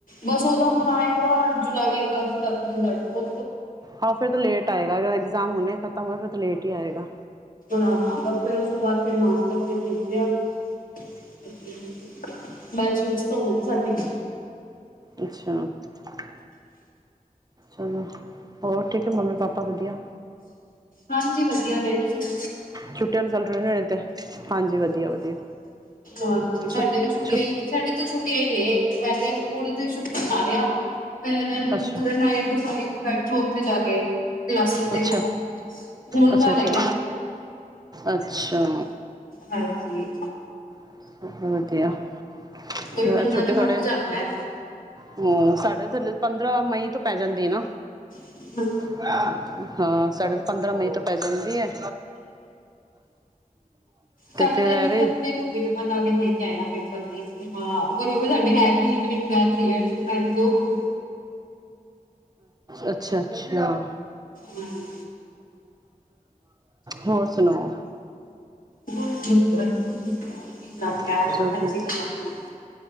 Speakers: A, on the left; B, on the right.
A: ਬਸ ਉਹ ਤਾਂ ਹੁਣ ਆਏਗਾ। ਜੁਲਾਈ ਅਗਸਤ ਤੱਕ ਰਿਜਲਟ ਆਉ।
B: ਹਾਂ ਫਿਰ ਤਾਂ ਲੇਟ ਆਏਗਾ ਐਗਜ਼ਾਮ ਹਣੇ। ਤਾਂ ਫਿਰ ਲੇਟ ਹੀ ਆਏਗਾ।
A: ਹਾਂ ਬਸ ਫਿਰ ਉਸ ਤੋਂ ਬਾਅਦ ਫਿਰ ਮਾਸਟਰ ਤੇ ਭੇਜਿਆ। <unintelligible> ਮੈਚਮੇਟਸ ਤਾਂ ਹੋਗੀ ਸਾਡੀ।
B: ਅੱਛਾ। <unintelligible> ਚਲੋ ਹੋਰ ਠੀਕ ਹੈ ਮੰਮੀ ਪਾਪਾ ਵਧੀਆ।
A: ਹਾਂਜੀ ਵਧੀਆ ਨੇੜ ਤੁਸੀ ਦ
B: ਛੁੱਟੀਆਂ ਰਿਜ਼ਲਟ ਰਹਿੰਦੇ ਹੋਣੇ ਤੇ, ਹਾਂਜੀ ਵਧੀਆ ਵਧੀਆ।
A: ਹਾਂਜੀ ਸਾਡੇ
B: ਛੁੱਟ
A: ਵੀ ਛੁੱਟੀਆਂ
B: ਛੁੱਟ
A: ਹੀ ਸਾਡੇ ਤਾਂ ਛੁੱਟੀਆਂ ਹੀ ਨੇ। ਵੈਸੇ ਉੜਦੇ ਸ਼ੁਕ ਆ ਰਿਹਾ ਪਹਿ
B: ਅੱਛਾ
A: ਪੂਰਾ ਨਾਈਨ ਟੂ ਫਾਈਵ, ਬੈਠੋ ਉੱਥੇ ਜਾ ਕੇ। ਕਲਾਸਿਸ ਦੇਖੋ,
B: ਅੱਛਾ
A: ਹੁਣ
B: ਅੱਛਾ
A: ਘਰ
B: ਅੱਛਾ
A: ਹੈਗਾ,
B: ਅੱਛਾ
A: ਹਾਂਜੀ।
B: <unintelligible>
A: ਕੋਈ ਬੰਦਾ
B: ਛੋਟੇ
A: ਵੀ
B: ਥੋੜੇ,
A: ਥੱਕ ਜਾਂਦਾ
B: ਹੂੰ ਸਾਡੇ ਥੱਲੇ ਪੰਦਰਾਂ, ਮਈ ਤੋਂ ਪੈ ਜਾਂਦੀ ਹੈ ਨਾ।
A: ਹੈ
B: ਹੈਂ। ਹਾਂ ਸਾਡੇ ਤੋਂ ਪੰਦਰਾਂ ਮਈ ਤੋਂ ਪੈ ਜਾਂਦੀ ਹੈ।
A: ਸਾਡੇ
B: ਫਿਰ
A: ਤੇ ਇੰਨੀ
B: ਐਵੇਂ
A: <unintelligible> ਜਾ ਕੇ ਆਇਆ ਪੇਪਰ ਵੀ। ਹਾਂ <unintelligible> ਉਹ ਵੀ ਸਾਡੇ ਹੈਵੀ ਈਵਨਿੰਗ ਬੈਚ
B: <unintelligible> ਅ
A: ਸੀ ਦੁਪਹਿਰ ਵਜੇ
B: ਅੱਛਾ। ਅੱਛਾ ਹਾਂ।
A: ਹਾਂਜੀ
B: ਹੋਰ ਸੁਣਾਓ
A: ਬਸ ਵਧੀਆ। ਤੁਸੀਂ ਸੁਣਾਓ ਕੀ ਕਰ ਰਿਹਾ
B: ਅਛਾ
A: ਬੱਚੇ
B: ਫਿਰ
A: ਕੀ ਕਰ ਰਹੇ